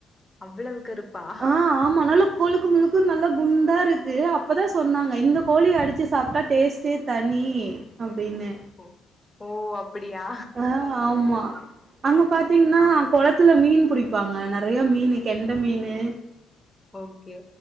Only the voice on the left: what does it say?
அவ்ளவு கருப்பா
ஓ ஓ அப் டியா
ஓகே